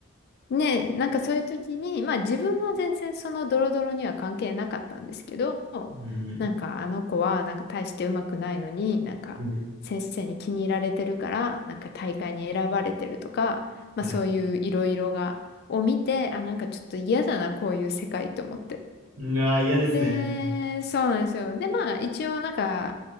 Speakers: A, on the left; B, on the right.
A: ねえ、なんかそういう時に、まあ自分は全然そのドロドロには関係なかったんですけど、
B: うんうん。
A: なんかあの子はなんか大してうまくないのに、なんか先生に気に入られてるから、
B: うん
A: なんか大会に選ばれてるとか、まあそういういろいろが、
B: はい。
A: を見て、あ、なんかちょっと嫌だな、こういう世界と思って。
B: うわあ、嫌ですね。
A: で、そうなんですよ。で、まあ一応なんか、